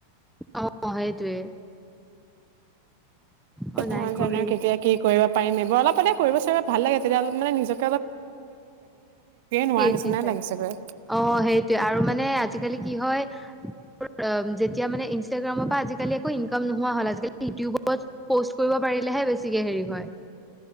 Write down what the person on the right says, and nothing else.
অঁ
জানো কেতিয়া কি কৰিব পাৰিম এইবোৰ অলপ অলে কৰিব চাগে ভাল লাগে তেতিয়া মানে নিজক নোৱাৰা
নিচিনাই
লাগিছেগৈ